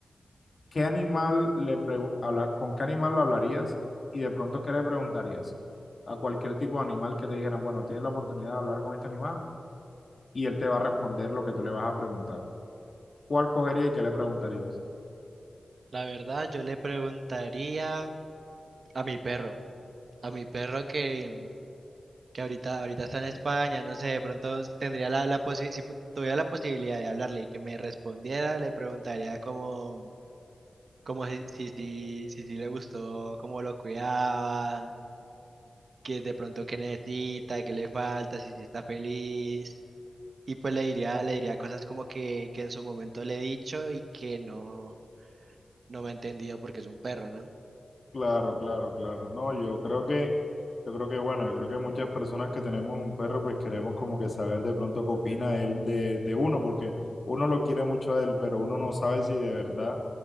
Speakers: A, on the left; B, on the right.
A: ¿qué animal le pregu- habla- con qué animal lo hablarías y de pronto qué le preguntarías? A cualquier tipo de animal que te dijeran, bueno, tienes la oportunidad de hablar con este animal y él te va a responder lo que tú le vas a preguntar. ¿Cuál cogería y qué le preguntarías?
B: La verdad, yo le preguntaría a mi perro, a mi perro que que ahorita, ahorita está en España, no sé, de pronto s- tendría la, la posi- si pu- tuviera la posibilidad de hablarle y que me respondiera, le preguntaría como, como si, si, si, si, si le gustó, cómo lo cuidaba, que de pronto qué necesita, qué le falta, si, si está feliz. Y pues le diría, le diría cosas como que, que en su momento le he dicho y que no, no me ha entendido porque es un perro, ¿no?
A: Claro, claro, claro. No, yo creo que Yo creo que, bueno, yo creo que muchas personas que tenemos un perro, pues queremos como que saber de pronto qué opina él de, de uno, porque uno lo quiere mucho a él, pero uno no sabe si de verdad